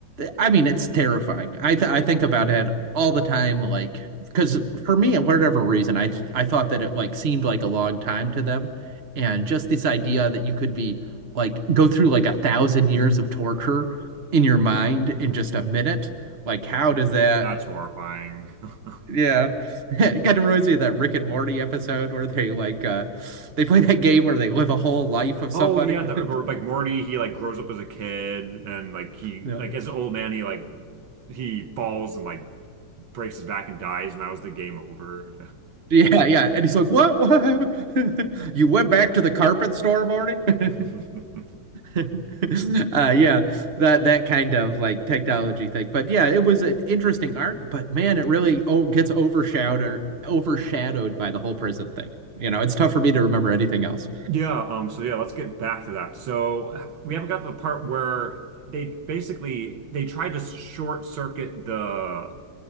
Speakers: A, on the right; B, on the right.
A: I mean, it's terrifying. I th I think about it all the time, like because for me, for whatever reason, I th I thought that it like seemed like a long time to them, and just this idea that you could be like go through like a thousand years of torture in your mind in just a minute, like how does that?
B: That's horrifying. <laughs>
A: Yeah, <laughs> it kind of reminds me of that Rick and Morty episode where they like uh they play that game where they live a whole life of somebody.
B: Oh yeah, the,
A: <laughs>
B: like Morty, he like grows up as a kid and like he
A: Yeah.
B: like as an old man he like he falls and like breaks his back and dies and that was the game over.
A: Yeah, yeah. And he's like, "What? What? happened? <laughs> You went back to the carpet store, Marty?" <laughs>
B: <laughs>
A: Uh, yeah, that that kind of like technology thing. But yeah, it was an interesting arc, but man, it really oh gets overshadowed overshadowed by the whole prison thing. You know, it's tough for me to remember anything else.
B: Yeah, um, so yeah, let's get back to that. So
A: Mm.
B: we haven't got to the part where they basically they tried to short circuit the